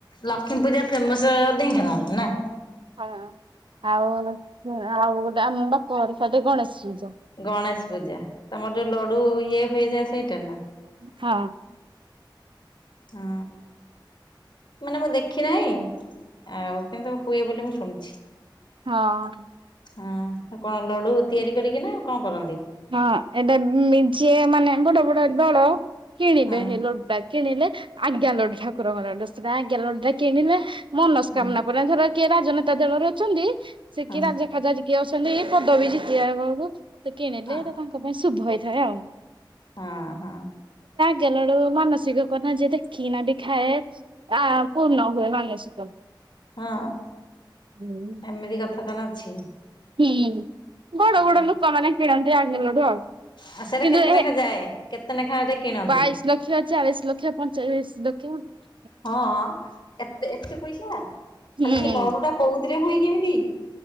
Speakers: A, on the left; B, on the right.
A: ଲକ୍ଷ୍ମୀପୂଜା ଫେମସ ଢେଙ୍କାନାଳ ନା
B: ହଁ ଆଉ ଆଉ ଗୋଟେ ଆମ ବାପର ସାଇଟରେ ଗଣେଶ ପୂଜା
A: ଗଣେଶ ପୂଜା ତମର ଯୋଉଁ ଲଡୁ ଇଏ ହୁଏ ସେଇଟା ନା?
B: ହଁ
A: ହଁ ମାନେ ମୁଁ ଦେଖ ଦେଖି ନାହିଁ ଆଉ କିନ୍ତୁ ହୁଏ ବୋଲି ମୁଁ ଶୁଣିଛି।
B: ହଁ
A: ହଁ କଣ ଲଡୁ ତିଆରି କରିକି ନା କଣ କରନ୍ତି।
B: ହଁ ଏଟା ଯିଏ ମାନେ ବଡ ବଡ ଦଳ କିଣିବେ
A: ହଁ
B: ହେ ଲଡୁ କିଣିଲେ ଆଜ୍ଞା ଲଡୁ ଠାକୁରଙ୍କର ଆଜ୍ଞା ଲଡୁ କିଣିଲେ ମନସ୍କାମନା
A: ହଁ
B: ପରା ଧର କିଏ ରାଜନେତା ଦଳରେ ଅଛନ୍ତି ସେ
A: ହଁ।
B: କିଏ ରାଜ ଫାଜା କିଏ ଅଛନ୍ତି ଏଇ ପଦ ବି ଜିତିବା ବଳକୁ ସେ କିଣିଲେ
A: ଅ
B: ତାଙ୍କ ପାଇଁ ଶୁଭ ହେଇଥାଏ ଆଉ।
A: ହଁ ହଁ
B: ଲା ବଳୁ ମାନସିକ କଥା ଯେ ଦେଖିନା ବି ଖାଏ, ଆ ପୂର୍ଣ୍ଣ ହୁଏ ମାନସିକ
A: ହଁ,
B: ହୁଁ।
A: ଏମିତି କଥା ତାନ ଅଛି
B: ହୁଁ, ବଡ ବଡ
A: ହଁ।
B: ଲୋକମାନେ କିଣନ୍ତି ଆଗେ ଲଡୁ ଆଉ
A: ଆଉ ସେଇଟା
B: କିନ୍ତୁ
A: କେତେ
B: ଏ
A: ନେଖା ଯାଏ କେତେ ନେଖାରେ କିଣନ୍ତି?
B: ବାଇଶ ଲକ୍ଷ, ଚାଳିଶ ଲକ୍ଷ, ପଁଚାଳିଶ ଲକ୍ଷ କି <unintelligible>
A: ହଁ, ଏତେ ଏତେ ପଇସା, ଖାଲି
B: ହୁଁ
A: ସେ ଲଡୁ ଟା କହୁ ହୁଏ କି ଏମିତି?